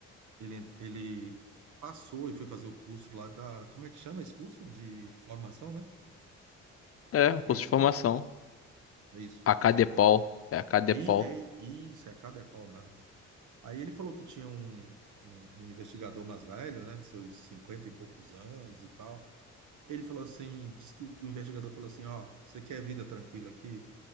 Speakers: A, on the right; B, on the left.
A: ele, ele passou e foi fazer o curso lá da, como é que chama esse curso? De formação, né?
B: É, um curso
A: É isso,
B: de formação.
A: né? É isso.
B: A Cadepol. É a Cadepol.
A: E, é isso, é cada é pau mesmo. Aí ele falou que tinha um, um, um investigador mais velho, né, de seus 50 e poucos anos e tal. Ele falou assim, disse que o investigador falou assim, ó, você quer vida tranquila aqui?